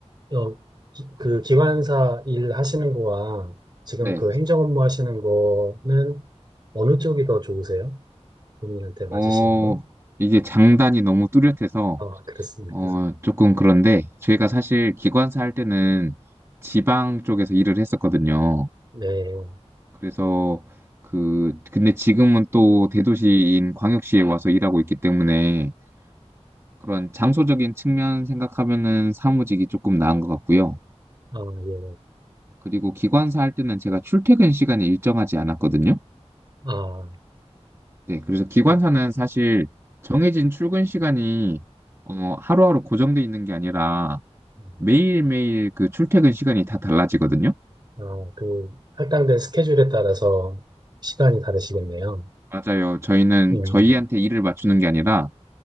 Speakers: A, on the right (about 40°); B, on the right (about 25°).
A: 어, 기, 그 기관사 일 하시는 거와 지금
B: 네.
A: 그 행정 업무 하시는 거는 어느 쪽이 더 좋으세요? 본인한테 맞으시는
B: 어,
A: 건?
B: 이게 장단이 너무 뚜렷해서
A: 아, 그렇습니까?
B: 어, 조금 그런데 저희가 사실 기관사 할 때는 지방 쪽에서 일을 했었거든요.
A: 네.
B: 그래서 그 근데 지금은 또 대도시인 광역시에 와서 일하고 있기 때문에 그런 장소적인 측면 생각하면은 사무직이 조금 나은 것 같고요.
A: 아, 예.
B: 그리고 기관사 할 때는 제가 출퇴근 시간이 일정하지 않았거든요.
A: 아,
B: 네, 그래서 기관사는
A: 그렇군요.
B: 사실 정해진 출근 시간이 어, 하루하루 고정돼 있는 게 아니라
A: 음.
B: 매일매일 그 출퇴근 시간이 다 달라지거든요.
A: 아, 그 할당된 스케줄에 따라서 시간이 다르시겠네요.
B: 맞아요. 저희는
A: 음,
B: 저희한테 일을 맞추는 게 아니라